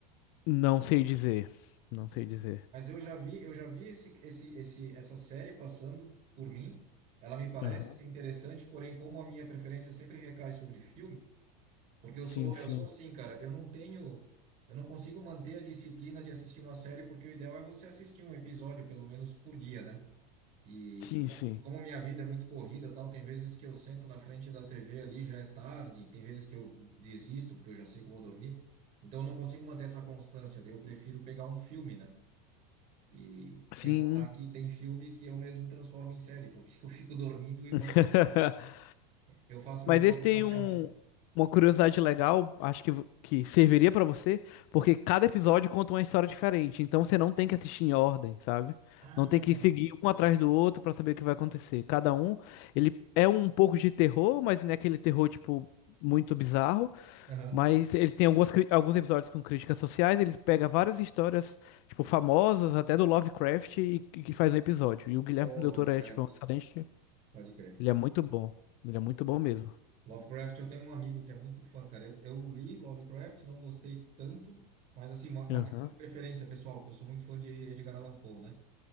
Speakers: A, on the left; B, on the right.
A: Não sei dizer. Não sei dizer.
B: Mas eu já vi, eu já vi esse, esse, esse, essa série passando por mim. Ela me parece
A: Aham.
B: ser interessante, porém, como a minha preferência sempre recai sobre filme, porque eu
A: Sim,
B: sou,
A: sim.
B: eu sou assim, cara, eu não tenho, eu não consigo manter a disciplina de assistir uma série, porque o ideal é você assistir um episódio, pelo menos, por dia, né? E,
A: Sim,
B: e, com,
A: sim.
B: e como minha vida é muito corrida, tal, tem vezes que eu sento na frente da TV ali, já é tarde, tem vezes que eu desisto, porque eu já sei que eu vou dormir. Então, eu não consigo manter essa constância, daí eu prefiro pegar um filme, né? E sem
A: Sim.
B: contar que tem filme que eu mesmo transformo em série, porque <laughs> eu fico dormindo e vou
A: <laughs>
B: assistir. Eu faço meu
A: Mas
B: próprio
A: esse tem
B: fatiamento.
A: um, uma curiosidade legal, acho que, vo- que serviria pra você, porque
B: Hum.
A: cada episódio conta uma história diferente, então você não tem que assistir em ordem, sabe?
B: Ah,
A: Não tem que
B: da
A: seguir
B: hora.
A: um atrás do outro pra saber o que vai acontecer. Cada um, ele é um pouco de terror, mas não é aquele terror, tipo, muito bizarro.
B: Aham.
A: Mas ele tem algumas, cri- alguns episódios com críticas sociais, ele pega várias histórias, tipo, famosas, até do Lovecraft, e, e que faz um episódio. E o Guilherme
B: Ô,
A: Del
B: Lovecraft,
A: Toro é, tipo, um excelente.
B: pode crer.
A: Ele é muito bom. Ele é muito bom mesmo.
B: Lovecraft, eu tenho um amigo que é muito fã, cara. Eu, eu li Lovecraft, não gostei tanto, mas assim, uma, uma
A: Aham.
B: questão de preferência pessoal, porque eu sou muito fã de Edgar Allan Poe, né?